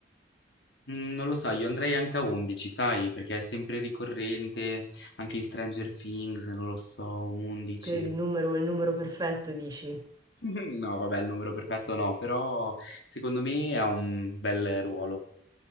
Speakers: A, on the left; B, on the right.
A: Mm, Non lo so, io andrei anche a 11, sai, perché è sempre ricorrente, anche in Stranger Things, non lo so, 11.
B: che è il numero il numero perfetto dici.
A: <laughs> No, vabbè, il numero perfetto no, però secondo me ha un bel ruolo.